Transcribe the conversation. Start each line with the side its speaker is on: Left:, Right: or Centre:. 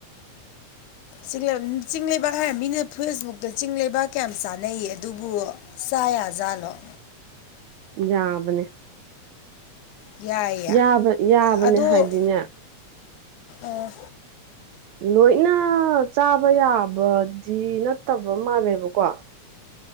Left: ꯆꯤꯡ ꯂꯩꯕꯥꯛ ꯆꯤꯡ ꯂꯩꯕꯥꯛ ꯍꯥꯏꯔ ꯃꯤꯅ ꯐꯦꯁꯕꯨꯛꯇ ꯆꯤꯡ ꯂꯩꯕꯥꯛ ꯀꯌꯥꯝ ꯆꯥꯅꯩꯌꯦ ꯑꯗꯨꯕꯨ ꯆꯥꯌꯖꯥꯠꯂꫭ
Right: ꯌꯥꯕꯅꯦ
Left: ꯌꯥꯏꯌꯦ
Right: ꯌꯥꯕ ꯌꯥꯕꯅꯦ
Left: ꯑꯗꫭ
Right: ꯍꯥꯏꯗꯤꯅꯦ
Left: ꯑꯥ
Right: ꯂꯣꯏꯅ ꯆꯥꯕ ꯌꯥꯕꯗꯤ ꯅꯠꯇꯕ ꯃꯥꯜꯂꯦꯕꯀꯣ